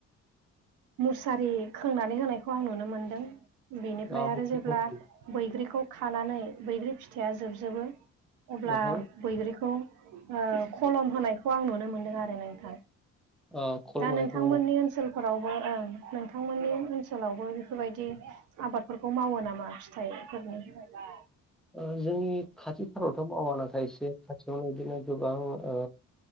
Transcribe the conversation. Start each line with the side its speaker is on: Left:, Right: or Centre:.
Right: मुसारि खोंनानै होनायखौ आं नुनो मोनदों। बेनिफ्राय
Centre: ओ,
Right: आरो
Centre: मुख्य
Right: जेब्ला
Centre: खामानि
Right: बैग्रिखौ खानानै बैग्रि फिथाइया जोबजोबो अब्ला
Centre: ओहो
Right: बैग्रिखौ ओ खलम होनायखौ आं नुनो मोनदों आरो नोंथां।
Centre: ओ खल
Right: दा
Centre: होनायखौ
Right: नोंथांमोननि
Centre: नुनो
Right: ओनसोलफोरावबो ओ नोंथांमोननि ओनसोलावबो बेफोरबायदि आबादफोरखौ मावो ना मा फिथायफोरनि जेन'बा
Centre: ओ जोंनि खाथि फोरावथ' मावा नाथाय एसे खाथियावनो बिदिनो गोबां ओ